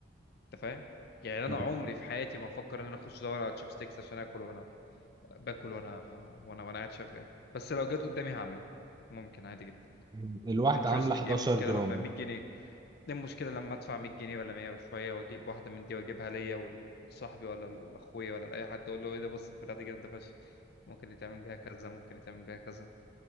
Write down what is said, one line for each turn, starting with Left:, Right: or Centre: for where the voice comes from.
Left: انت فاهم يعني انا
Right: م-
Left: عمري في حياتي ما هفكر ان انا اخش ادور على تشيب ستيكس عشان اكل وانا باكل وانا وانا وانا قاعد شغال بس لو جت قدامي هعملها ممكن عادي جدا
Right: م- الواحدة
Left: انترستنج
Right: عاملة 11
Left: ايه المشكله
Right: جرام
Left: لما 100 جنيه ايه المشكله لما ادفع 100 جنيه ولا 100 وشويه واجيب واحده من دي واجيبها ليا وال- ولصاحبي ولا لاخويا ولا لاي حد اقول له ايه ده بص البتاعه دي جامده فشخ ممكن يتعمل بيها كذا ممكن يتعمل بيها كذا